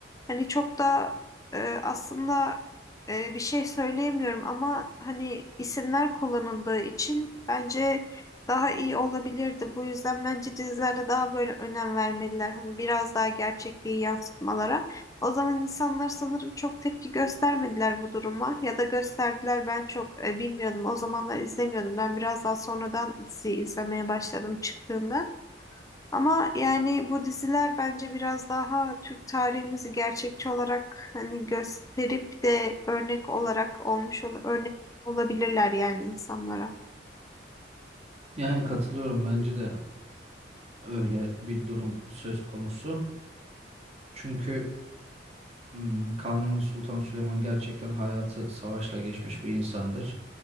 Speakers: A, on the left (about 20°); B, on the right (about 35°).
A: Hani çok da e, aslında e, bir şey söyleyemiyorum ama hani isimler kullanıldığı için bence daha iyi olabilirdi. Bu yüzden bence dizilerde daha böyle önem vermeliler. Hani biraz daha gerçekliği yansıtmalara. O zaman insanlar sanırım çok tepki göstermediler bu duruma ya da gösterdiler ben çok e, bilmiyordum. O zamanlar izlemiyordum. Ben biraz daha sonradan diziyi izlemeye başladım çıktığında. Ama yani bu diziler bence biraz daha Türk tarihimizi gerçekçi olarak hani gösterip de örnek olarak olmuş ol örnek olabilirler yani insanlara.
B: Yani katılıyorum bence de öyle bir durum söz konusu. Çünkü Hmm, Kanuni Sultan Süleyman gerçekten hayatı savaşla geçmiş bir insandır.